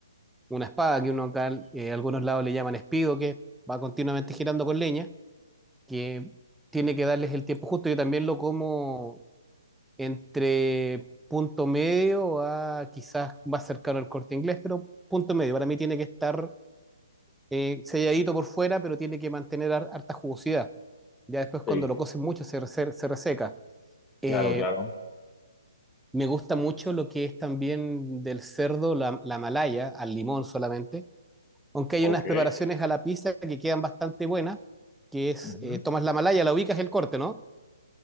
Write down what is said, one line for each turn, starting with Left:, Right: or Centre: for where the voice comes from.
Centre: una espada que uno acá, eh, algunos lados le llaman espido, que va continuamente girando con leña, que tiene que darles el tiempo justo. Yo también lo como entre punto medio a quizás más cercano al corte inglés, pero punto medio. Para mí tiene que estar eh, selladito por fuera, pero tiene que mantener har- harta jugosidad. Ya después cuando
Left: Sí,
Centre: lo coces mucho se, rese- se reseca. Eh,
Left: claro, claro.
Centre: Me gusta mucho lo que es también del cerdo, la, la malaya, al limón solamente, aunque hay
Left: Ok.
Centre: unas preparaciones a la pizza que quedan bastante buenas, que es,
Left: Ujú.
Centre: eh, tomas la malaya, la ubicas el corte, ¿no?